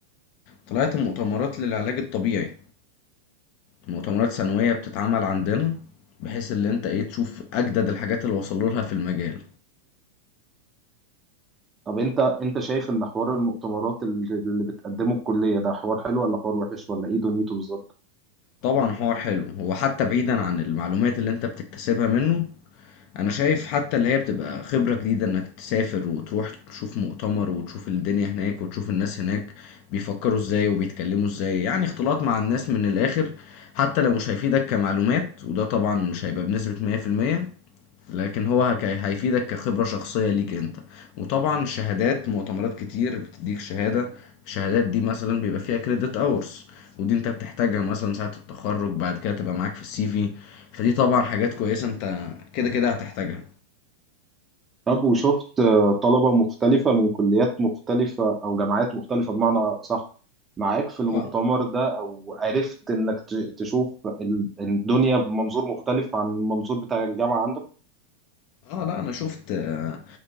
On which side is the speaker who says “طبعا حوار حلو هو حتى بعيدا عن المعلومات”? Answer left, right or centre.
Left